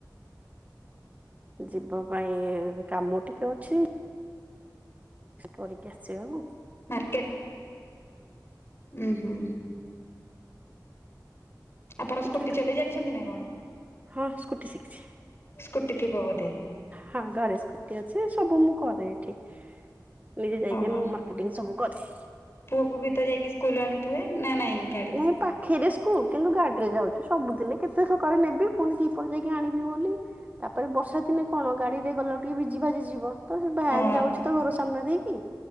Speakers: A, on the right; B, on the left.
A: ଯିବା ପାଇଁ କାମ ଟିକେ ଅଛି। କରିକି ଆସିବ ବାବୁ
B: ମାର୍କେଟ ଉୁଁ ହୁଁ ଆପଣ
A: ଟିକେ
B: ସ୍କୁଟି ଚଲେଇ ଜାଣିଛନ୍ତି ନା କଣ?
A: ହଁ ସ୍କୁଟି ଶିଖିଛି।
B: ସ୍କୁଟି ଥିବ ବୋଧେ
A: ହଁ ଘରେ ସ୍କୁଟି ଅଛି। ସବୁ ମୁଁ କରେ ଏଠି। ନିଜେ ଯାଇକି
B: ଓହୋ
A: ମା କେଟିଂ ସବୁ କରେ।
B: ପୁଅକୁ ବି ତ ଯାଇକି ସ୍କୁଲୁ ଆଣିଥିବେ? ନା ନାଇଁ ଗାଡି?
A: ନାଇଁ ପାଖରେ ସ୍କୁଲ କିନ୍ତୁ ଗାଡିରେ ଯାଉଛୁ। ସବୁଦିନେ କେତେ ସକାଳୁ ନେବି ପୁଣି ଦିପହରେ ଯାଇକି ଆଣିବି ବୋଲି ତାପରେ ବର୍ଷା ଦିନେ କଣ ଗାଡ଼ିରେ ଗଲାଉ ଟିକେ ଭିଜି ଭାଜିଯିବ। ତ ସେ ଭ୍ୟାନ୍
B: ହଁ
A: ଯାଉଛି ତ ଘର ସାମ୍ନା ଦେଇକି